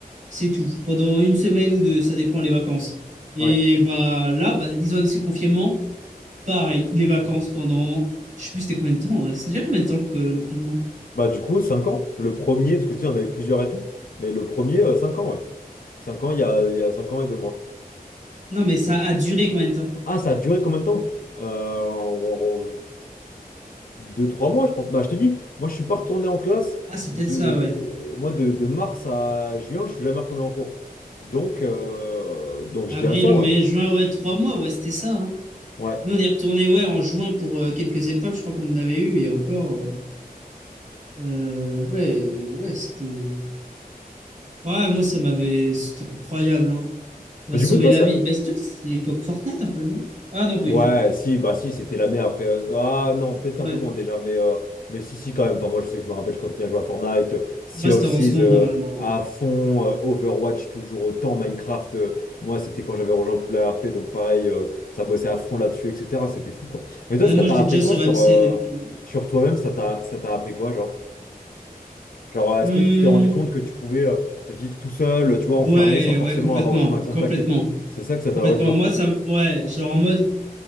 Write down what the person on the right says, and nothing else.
c'est tout. Pendant une semaine ou deux, ça dépend les vacances. Et
bah là, bah, ils ont annoncé le confinement. Pareil, les vacances pendant. Je sais plus c'était combien de temps, ouais. C'est déjà combien de temps que le confinement?
Non, mais ça a duré combien de temps?
Ah, c'est
peut-être ça, ouais.
Avril,
mai,
juin, ouais, trois mois, ouais, c'était ça. hein.
Nous, on est retourné, ouais, en juin pour euh, quelques épreuves, je crois qu'on en avait eu, et encore, euh, euh, ouais, ouais, c'était. Ouais, moi, ça m'avait. C'était incroyable, hein. Ça m'a
sauvé
la
vie. Bah, c'était c'est l'époque Fortnite, un peu, non? Ah, non, pas
du tout.
Ouais.
Moi,
c'était en
seconde,
normalement.
ouais.
Ah,
moi,
j'étais
déjà
sur
MC
depuis.
euh,
Hmm,
ouais,
ouais, complètement,
complètement,
complètement.
Moi, ça, ouais, genre en mode,